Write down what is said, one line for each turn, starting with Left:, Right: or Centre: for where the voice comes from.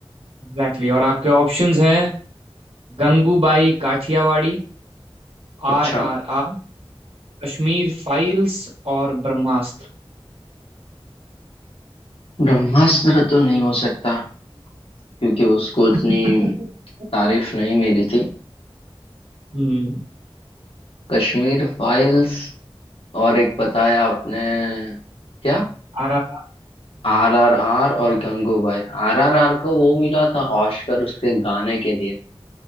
Right: Exactly exactly. और आपके ऑप्शंस हैं Gangubai Kathiawadi
Left: अच्छा
Right: R R R Kashmir files और ब्रह्मास्त्र
Left: ब्रह्मास्त्र तो नहीं हो सकता क्योंकि उसको इतनी
Right: <laughs>
Left: तारीफ नहीं मिली थी
Right: हम्म
Left: कश्मीर फाइल्स और एक बताया आपने क्या
Right: R R
Left: आर आर आर और गंगूबाई आर आर आर को वो मिला था ऑस्कर उसके गाने के लिए